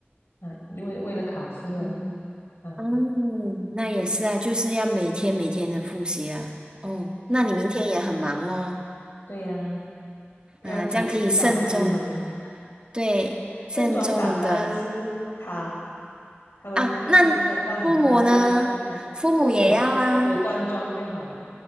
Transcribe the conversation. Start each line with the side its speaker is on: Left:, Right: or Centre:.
Left: 啊，因为为了考试啊，
Right: 嗯，
Left: 啊。
Right: 嗯，那也是啊，就是要每天每天的复习啊。哦，那你明天也很忙哦。
Left: 对呀、要提提早出门，
Right: 啊，这样可以慎重，对，慎重的
Left: 盛装打扮是他，他们必须穿到很漂亮上台。
Right: 啊。那父母呢？父母也要啊，
Left: 父母啊，父母端庄就好了。